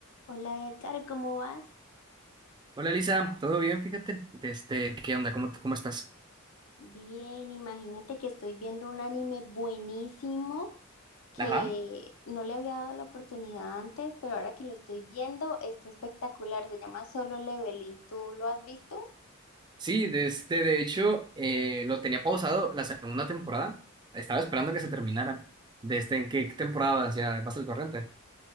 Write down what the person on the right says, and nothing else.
Hola Lisa, ¿todo bien? Fíjate, desde, ¿qué onda? ¿Cómo, cómo estás?
Ajá.
Sí, desde, de hecho, eh, lo tenía pausado la segunda temporada. Estaba esperando que se terminara. ¿Desde en qué temporada vas ya vas al corriente?